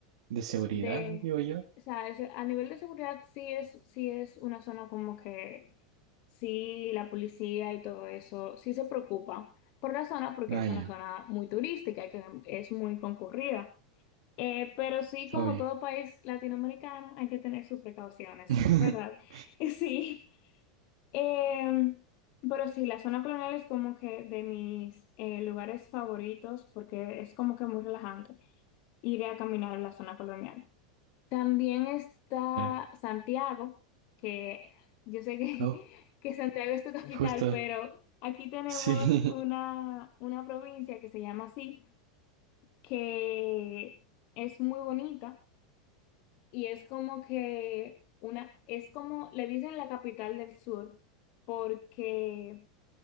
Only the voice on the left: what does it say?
de,
o sea, es- a nivel de seguridad sí es, sí es una zona como que sí la policía y todo eso sí se preocupa por la zona porque
es
una zona muy turística y que es muy concurrida. Eh, pero sí, como
todo país latinoamericano, hay que tener sus precauciones,
¿verdad? <laughs> Sí. Em, pero sí, la zona colonial es como que de mis eh, lugares favoritos porque es como que muy relajante ir a caminar en la zona colonial. También está
Santiago, que yo sé que,
<laughs> que Santiago es tu capital,
pero aquí tenemos
una, una provincia que se llama así, que es muy bonita y es como que una, es como, le dicen la capital del sur porque